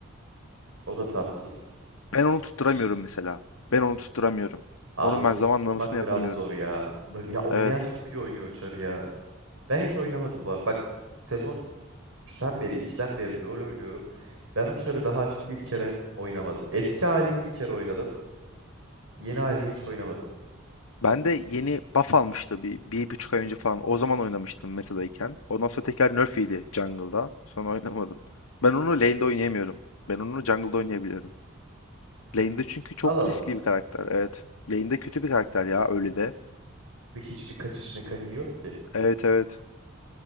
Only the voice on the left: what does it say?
Ben onu tutturamıyorum
mesela. Ben onu tutturamıyorum.
Onun
ben zamanlamasını
yapamıyorum.
Evet.
Ben de yeni buff almıştı bir, bir buçuk ay önce falan. O zaman oynamıştım metadayken. Ondan sonra tekrar nerf yedi jungle'da. Sonra <laughs> oynamadım. Ben onu lane'de oynayamıyorum. Ben onu jungle'da oynayabiliyorum. Lane'de çünkü çok
riskli
bir karakter. Evet. Lane'de kötü bir karakter ya öyle de.
Evet evet.